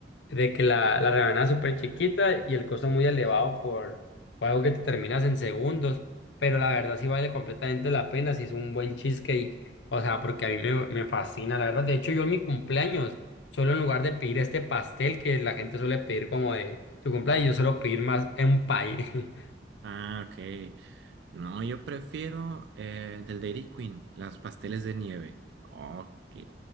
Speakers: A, on the left; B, on the right.
A: de que la, la rebanada es súper chiquita y el costo muy elevado por, por algo que te terminas en segundos, pero la verdad sí vale completamente la pena si es un buen cheesecake, o sea, porque a mí me, me fascina, la verdad. De hecho, yo en mi cumpleaños, solo en lugar de pedir este pastel que la gente suele pedir como de su cumpleaños, yo suelo pedir más un pie.
B: Ah, ok. No, yo prefiero eh, del Dairy Queen, las pasteles de nieve. Oh, qué-